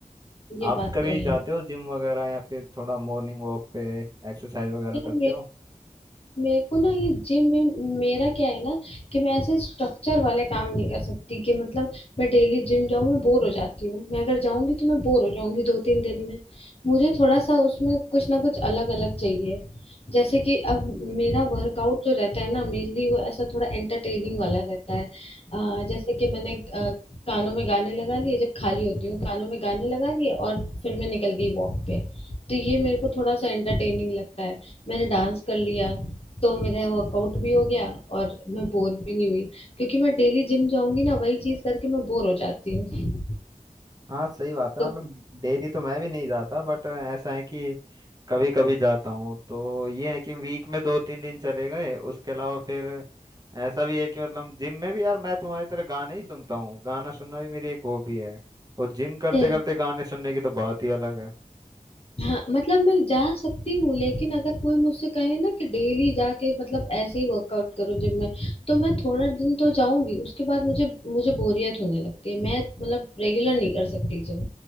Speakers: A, on the left (about 40°); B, on the right (about 25°).
A: ये
B: आप
A: बात
B: कभी
A: तो
B: जाते
A: है
B: हो जिम वगैरह या फिर थोड़ा मॉर्निंग वॉक पे एक्सरसाइज वगैरह
A: यार
B: करते
A: मेरे
B: हो
A: मेरे को ना ये जिम में मेरा क्या है ना कि मैं ऐसे स्ट्रक्चर वाले काम नहीं कर सकती कि मतलब मैं डेली जिम जाऊँ मैं बोर हो जाती हूँ मैं अगर जाऊंगी तो मैं बोर हो जाऊंगी दो तीन दिन में मुझे थोड़ा सा उसमें कुछ ना कुछ अलग अलग चाहिए जैसे कि अब मेरा वर्कआउट जो रहता है ना मेनली वो ऐसा थोड़ा एंटरटेनिंग वाला रहता है अ, जैसे कि मैंने अ, कानों में गाने लगा लिए जब खाली होती हूँ कानों में गाने लगा लिए और फिर मैं निकल गई वॉक पे तो ये मेरे को थोड़ा सा एंटरटेनिंग लगता है मैंने डांस कर लिया तो मेरा वर्कआउट भी हो गया और मैं बोर भी नहीं हुई क्योंकि मैं डेली जिम जाऊंगी ना वही चीज करके मैं बोर हो जाती हूँ
B: हाँ सही बात है
A: तो
B: मतलब डेली तो मैं भी नहीं जाता बट ऐसा है कि कभी कभी जाता हूँ तो ये है कि वीक में दो तीन दिन चले गए उसके अलावा फिर ऐसा भी है कि मतलब जिम में भी यार मैं तुम्हारी तरह गाने ही सुनता हूँ गाना सुनना भी मेरी एक हॉबी है और जिम करते
A: हम्म
B: करते गाने सुनने की तो बात ही अलग है
A: हाँ मतलब मैं जा सकती हूँ लेकिन अगर कोई मुझसे कहे ना कि डेली जाके मतलब ऐसे ही वर्कआउट करो जिम में तो मैं थोड़ा दिन तो जाऊंगी उसके बाद मुझे मुझे बोरियत होने लगती है मैं मतलब रेगुलर नहीं कर सकती जिम